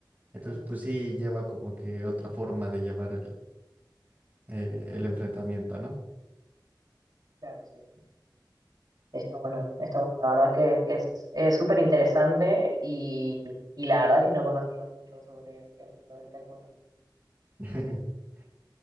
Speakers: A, on the right; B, on the right.
A: Entonces,
B: ujú,
A: pues sí, lleva como que otra forma de llevar el, eh, el enfrentamiento, ¿no?
B: claro, sí, sí. Está bueno, está bueno. La verdad que es es súper interesante y, y la verdad que no conocía mucho sobre el mundo del taekwondo.
A: <laughs>